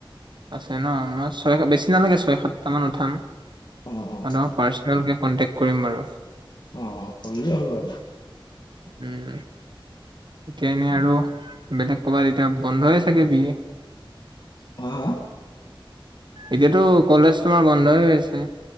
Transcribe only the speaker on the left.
অ অ
অঁ! কৰিলেই হ'ল বাৰু।
হ হ?